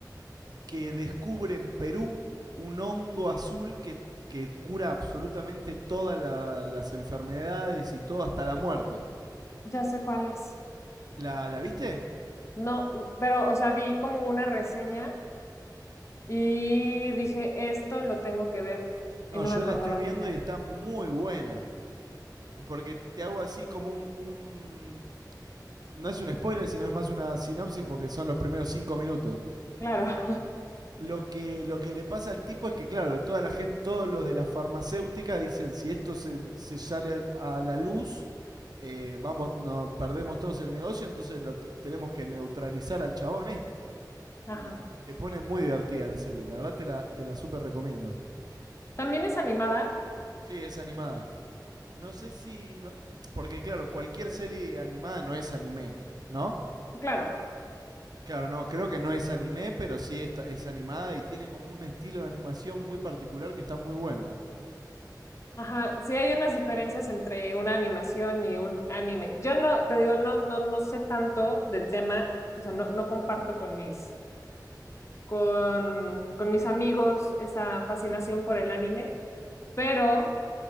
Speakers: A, on the right; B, on the left.
A: que descubre en Perú un hongo azul que, que cura absolutamente todas la- las enfermedades y todo hasta la muerte.
B: ya sé cuál es.
A: ¿La, ¿La viste?
B: No, pero, o sea, vi como una reseña y dije, esto lo tengo que ver
A: No,
B: y no
A: yo
B: me acordaba
A: la estoy viendo
B: de ella.
A: y está muy buena. Porque te hago así como un... un- no es un spoiler, sino es más una sinopsis porque son los primeros cinco minutos.
B: Claro. <laughs>
A: Em, Lo que, lo que le pasa al tipo es que, claro, toda la gente, todos los de las farmacéuticas dicen, si esto se, se sale a la luz, eh, vamos, no, perdemos todos el negocio, entonces lo tenemos que neutralizar al chabón este.
B: Ajá.
A: Y se pone muy divertida la serie, la verdad te la, te la súper recomiendo.
B: También es animada,
A: Sí, es animada. No sé si... no- porque claro, cualquier serie animada no es anime, ¿no?
B: claro.
A: Claro, no, creo que no es anime, pero sí está, es animada y tiene como un estilo de animación muy particular que está muy bueno.
B: Ajá, sí hay unas diferencias entre una animación y un anime. Yo no, te digo, no, no, no sé tanto del tema, o sea, no, no comparto con mis con, con mis amigos esa fascinación por el anime, pero